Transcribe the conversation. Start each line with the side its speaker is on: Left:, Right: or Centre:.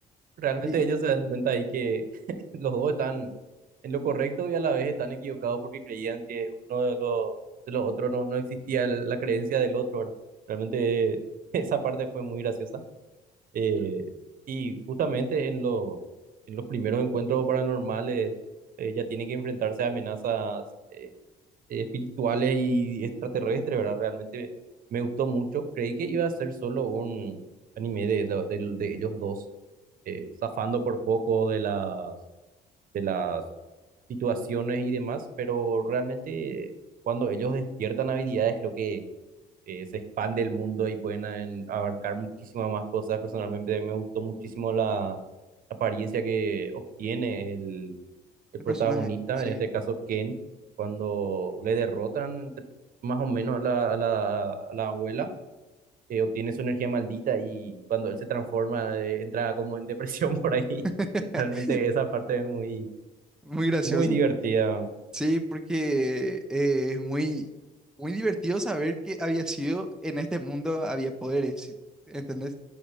Right: realmente
Centre: y
Right: ellos se dan cuenta ahí que <laughs> los dos están en lo correcto y a la vez están equivocados porque creían que uno de los, de los otros no, no existía el- la creencia del otro, ¿verdad? Realmente <laughs> esa parte fue muy graciosa. Eh, y justamente en los, en los primeros encuentros paranormales eh, ya tienen que enfrentarse a amenazas eh, espirituales y extraterrestres, ¿verdad? Realmente me gustó mucho. Creí que iba a ser solo un anime de, de, de- de ellos dos, eh, zafando por poco de las... de las situaciones y demás, pero realmente cuando ellos despiertan habilidades creo que eh, se expande el mundo y pueden eh, abarcar muchísimas más cosas. Personalmente a mí me gustó muchísimo la apariencia que obtiene el, el
Centre: el
Right: protagonista,
Centre: personaje, sí,
Right: en este caso Ken, cuando le derrotan entre- más o menos a la, a la, a la abuela. eh, obtiene su energía maldita y cuando él se transforma, eh, entra como en depresión <laughs> por ahí.
Centre: <laughs>
Right: Realmente esa parte es muy,
Centre: muy graciosa.
Right: muy divertida.
Centre: Sí, porque eh, es muy, muy divertido saber que había sido en este mundo, había poderes, ¿sí? ¿entendés?